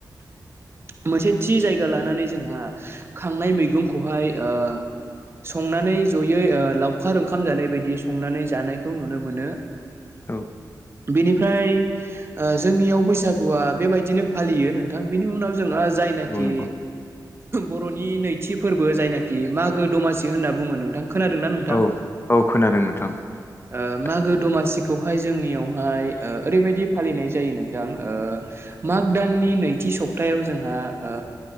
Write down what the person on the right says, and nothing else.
मोनसे थि जायगा लानानै जोंहा खांनाय मैगंखौहाय ओ संनानै जयै ओ लाव खार ओंखाम जानाय बायदि संनानै जानायखौ नुनो मोनो ।
बेनिफ्राय ओ जोंनियाव बैसागुआ बेबायदिनो फालियो नोंथां बिनि उनाव जोङो जायनोखि
बर'नि नैथि फोरबो जायनाखि मागो दमासि होनना बुङो नोंथां खोनादों ना नोंथां?
ओ मागो दमासिखौहाय जोंनियावहाय ओ ओरैबायदि फालिनाय जायो नोंथां ओ मा माग दाननि नैथि सप्तायाव जोंहा ओ